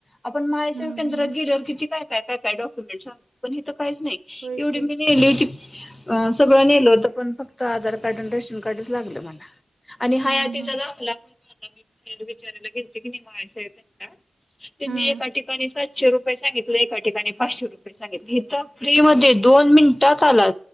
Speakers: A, on the left; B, on the right.
A: आपण माहीव
B: हम्म
A: केंद्रात
B: हम्म. हम्म
A: गेल्यावर किती काय काय काय काय डाॅक्युमेंटस सांग कि पण हे तर काहीच नाही,
B: होय
A: एवढी
B: की.
A: मी नेली होती अस सगळं नेलं होत, पण फक्त आधार कार्ड न रेशनकार्ड कार्डच लागल मला आणि हा
B: हम्म
A: या तिचा
B: हम्म
A: लाखला म्हण मला मी बाहेर विचारयला घे <unintelligible> ते मी
B: हम्म
A: एका ठिकाणी सातशे रुपये सांगितल एका ठिकाणी पाचशे रुपये, सांगितले इथ फ्री मधे दोन मिनिटात आला,